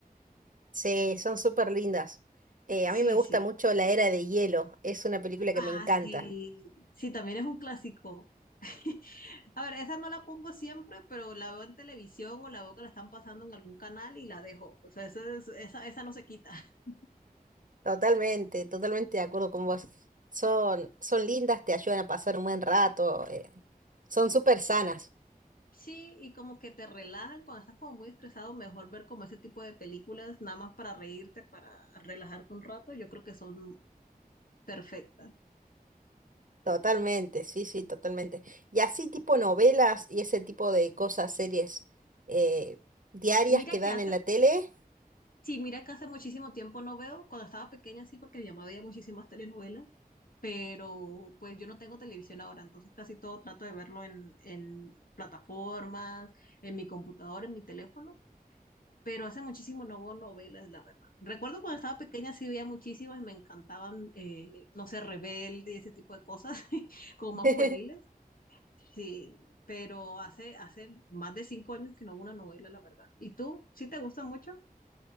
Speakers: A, on the right; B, on the left.
A: Sí, son súper lindas. Eh,
B: Sí,
A: a mí me gusta
B: sí.
A: mucho La Era de Hielo. Es una película
B: Ah,
A: que me encanta.
B: sí. Sí, también es un clásico. <laughs> A ver, esa no la pongo siempre, pero la veo en televisión o la veo que la están pasando en algún canal y la dejo. O sea, esa, es- esa, esa no se quita. <laughs>
A: Totalmente, totalmente de acuerdo con vos. Son, son lindas, te ayudan a pasar un buen rato. eh, son súper sanas.
B: Sí, y como que te relajan cuando estás como muy estresado, mejor ver como ese tipo de películas, nada más para reírte, para relajarte un rato, yo creo que son perfectas.
A: Totalmente, sí, sí, totalmente. Y así tipo novelas y ese tipo de cosas, series eh, diarias
B: Mira
A: que dan
B: que hace
A: en la tele.
B: Sí, mira que hace muchísimo tiempo no veo, cuando estaba pequeña sí, porque mi mamá veía muchísimas telenovelas, pero pues yo no tengo televisión ahora, entonces casi todo trato de verlo en, en plataformas, en mi computadora, en mi teléfono, pero hace muchísimo no veo novelas, la verdad. Recuerdo cuando estaba pequeña sí veía muchísimas y me encantaban, eh, no sé, Rebelde y ese tipo de cosas, <laughs> como
A: <laughs>
B: más juveniles, sí, pero hace, hace más de cinco años que no veo una novela, la verdad. ¿Y tú? ¿Sí te gusta mucho?